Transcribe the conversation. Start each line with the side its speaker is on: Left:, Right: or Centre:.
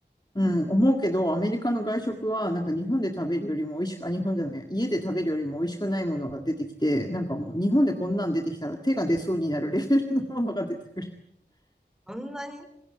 Left: うん、思うけど、アメリカの外食は、なんか日本で食べるよりも美味しく、あ、日本じゃない、家で食べるよりも美味しくないものが出てきて、なんかもう日本でこんなん出てきたら手が出そうになるレベルのものが出てくる。
Centre: そんなに